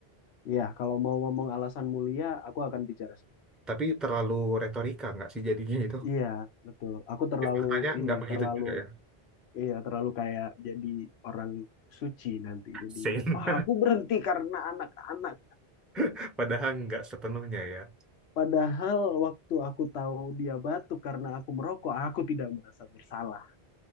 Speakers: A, on the left; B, in the centre.
A: Iya, kalau mau ngomong alasan mulia, aku akan bicara. seperti-
B: Tapi terlalu retorika nggak sih jadinya itu?
A: Iya, betul. Aku terlalu
B: Faktanya
A: ini,
B: nggak begitu
A: terlalu,
B: juga ya.
A: iya, terlalu kayak jadi orang suci nanti jadinya.
B: Sin.
A: Wah, aku berhenti karena anak-anak.
B: <laughs> Padahal nggak sepenuhnya ya.
A: Padahal waktu aku tahu dia batuk karena aku merokok, aku tidak merasa bersalah.